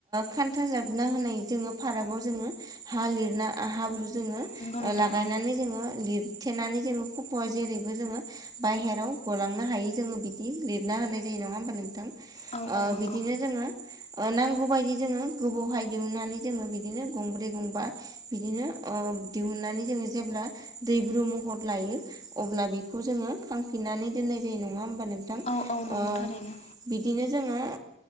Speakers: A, on the right; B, on the left.
A: खान्था जाबना होनाय जोङो फारागाव जोङो हा लिरना हाब्रु जोङो
B: नंगौ नोंथां
A: लागायनानै
B: औ
A: जोङो लिर थेनानै जोङो खफ'आ जेरैबो जोङो बायहेराव गलांनो हायि जोङो बिदि लिरना होनाय जायो। नङा होमबा नोंथां ओ
B: औ औ नंगौ
A: बिदिनो जोंङो ओ नांगौ बायदि जोंङो गोबावहाय दिहुननानै जोंङो बिदिनो गंब्रै गं बिदिनो अ दिहुनानै जेब्ला दैब्रु महर लायो अब्ला बेखौ जोङो खांफिननानै दोननाय जायो नङा हबा नोंथां ओ
B: औ औ नंगौ थारैनो
A: बिदिनो जोङो